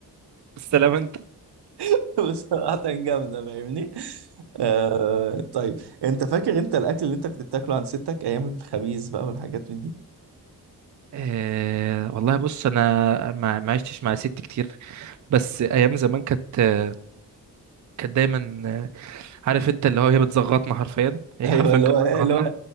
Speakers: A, on the right; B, on the right.
A: بالسلامه انت
B: <laughs> بصراحة جامدة فاهمني آه طيب انت فاكر انت الاكل اللي انت كنت بتاكله عند ستك ايام الخبيز بقى والحاجات من دي
A: أه والله بص انا ما ما عشتش مع ست كتير بس ايام زمان كانت آه، كانت دايما آه، عارف انت اللي هو هي بتزغطنا حرفيا هي
B: ايوه
A: حرفيا
B: اللي
A: كانت
B: هو اللي
A: بتزغطنا
B: هو